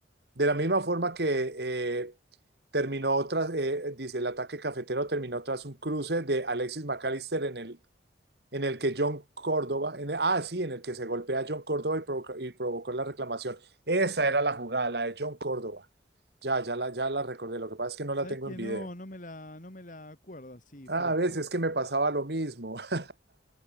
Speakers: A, on the right; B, on the left.
A: de la misma forma que eh, terminó tras, eh, dice, el ataque cafetero terminó tras un cruce de Alexis McAllister en el en el que John Córdoba, en el- ah, sí, en el que se golpea a John Córdoba y, provoca- y provocó la reclamación. Esa era la jugada, la de John Córdoba. Ya, ya la, ya la recordé. Lo que pasa es que no
B: ¿sabés
A: la tengo
B: que
A: en video.
B: no, no me la, no me la acuerdo así
A: Ah,
B: fresca?
A: a veces que me pasaba lo mismo. <laughs>